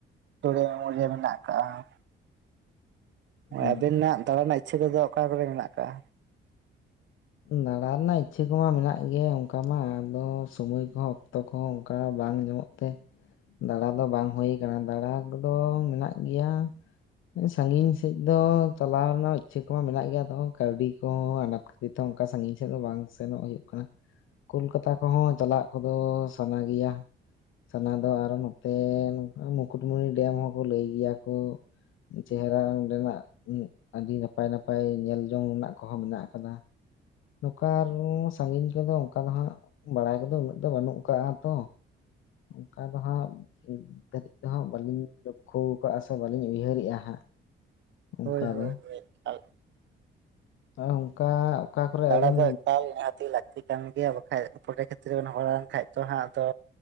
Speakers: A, on the right; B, on the left.
A: ᱪᱩᱲᱤᱭᱟᱹ ᱢᱩᱲᱭᱟᱹ ᱢᱮᱱᱟᱜ ᱟᱠᱟᱟᱜᱼᱟ
B: ᱦᱩᱸ
A: ᱟᱹᱵᱤᱱᱟᱜ ᱫᱟᱬᱟᱱ ᱨᱮᱱᱟᱜ ᱤᱪᱪᱷᱟᱹ ᱠᱚᱫᱚ ᱚᱠᱟ ᱠᱚᱨᱮ ᱢᱮᱱᱟᱜ ᱠᱟᱜᱼᱟ
B: ᱫᱟᱬᱟ ᱨᱮᱱᱟᱜ ᱤᱪᱪᱷᱟᱹ ᱠᱚᱢᱟ ᱢᱮᱱᱟᱜ ᱜᱮ ᱚᱱᱠᱟ ᱢᱟ ᱟᱫᱚ ᱥᱚᱢᱚᱭ ᱠᱚᱦᱚᱸ ᱚᱠᱛᱚ ᱠᱚᱦᱚᱸ ᱚᱱᱠᱟ ᱵᱟᱝ ᱧᱟᱢᱚᱜ ᱛᱮ ᱫᱟᱬᱟ ᱫᱚ ᱵᱟᱝ ᱦᱩᱭ ᱠᱟᱱᱟ ᱫᱟᱬᱟ ᱠᱚᱫᱚ ᱢᱮᱱᱟᱜ ᱜᱮᱭᱟ ᱥᱟᱺᱜᱤᱧ ᱥᱮᱫ ᱫᱚ ᱪᱟᱞᱟᱣ ᱨᱮᱱᱟᱜ ᱤᱪᱪᱷᱟᱹ ᱠᱚᱢᱟ ᱢᱮᱱᱟᱜ ᱜᱮᱭᱟ ᱛᱚ ᱠᱟᱹᱣᱰᱤ ᱠᱚᱦᱚᱸ ᱟᱱᱟᱴ ᱱᱚᱛᱚ ᱚᱱᱠᱟ ᱥᱟᱜᱤᱧ ᱥᱮᱫ ᱫᱚ ᱵᱟᱝ ᱥᱮᱱᱚᱜ ᱦᱩᱭᱩᱜ ᱠᱟᱱᱟ ᱠᱳᱞᱠᱟᱛᱟ ᱠᱚᱦᱚᱸ ᱪᱟᱞᱟᱜ ᱠᱚᱫᱚ ᱥᱟᱱᱟ ᱜᱮᱭᱟ ᱥᱟᱱᱟ ᱫᱚ ᱟᱨᱚ ᱱᱚᱛᱮ ᱢᱩᱠᱩᱴᱢᱩᱱᱤ ᱰᱮᱢ ᱦᱚᱸᱠᱚ ᱞᱟᱹᱭ ᱜᱮᱭᱟ ᱠᱚ ᱪᱮᱦᱨᱟ ᱱᱚᱸᱰᱮᱱᱟᱜ ᱟᱹᱰᱤ ᱱᱟᱯᱟᱭ ᱱᱟᱯᱟᱭ ᱧᱮᱞᱡᱚᱝ ᱨᱮᱱᱟᱜ ᱠᱚᱦᱚᱸ ᱢᱮᱱᱟᱜ ᱟᱠᱟᱫᱟ ᱱᱚᱝᱠᱟ ᱥᱟᱺᱜᱤᱧ ᱠᱚᱫᱚ ᱚᱱᱠᱟ ᱫᱚ ᱦᱟᱸᱜ ᱵᱟᱲᱟᱭ ᱠᱚᱫᱚ ᱩᱱᱟᱹᱜ ᱫᱚ ᱵᱟᱹᱱᱩᱜ ᱠᱟᱜᱼᱟ ᱛᱚ ᱚᱱᱠᱟ ᱫᱚ ᱦᱟᱸᱜ ᱱᱤᱛ ᱫᱷᱟᱹᱨᱤᱡ ᱫᱚᱦᱟᱸᱜ ᱵᱟᱹᱞᱤᱧ ᱞᱚᱠᱠᱷᱚ ᱠᱟᱜᱼᱟ ᱥᱮ ᱵᱟᱟᱹᱞᱤᱧ ᱩᱭᱦᱟᱹᱨᱮᱜᱼᱟ ᱦᱟᱸᱜ ᱚᱱᱠᱟ
A: ᱦᱳᱭ ᱦᱳᱭ
B: ᱫᱚ
A: ᱦᱳᱭ
B: ᱚᱱᱠᱟ ᱚᱠᱟ ᱠᱚᱨᱮ
A: ᱫᱟᱲᱟ
B: ᱟᱵᱮᱱ
A: ᱫᱚ ᱮᱠᱟᱞ ᱱᱤᱦᱟᱹᱛ ᱞᱟᱹᱠᱛᱤ ᱠᱟᱱ ᱜᱮᱭᱟ ᱵᱟᱠᱷᱟᱡ ᱯᱚᱨᱮ ᱠᱷᱮᱛᱨᱮ ᱨᱮᱵ ᱦᱚᱨ ᱞᱮᱱᱠᱟᱱ ᱫᱚ ᱦᱟᱸᱜ ᱟᱫᱚ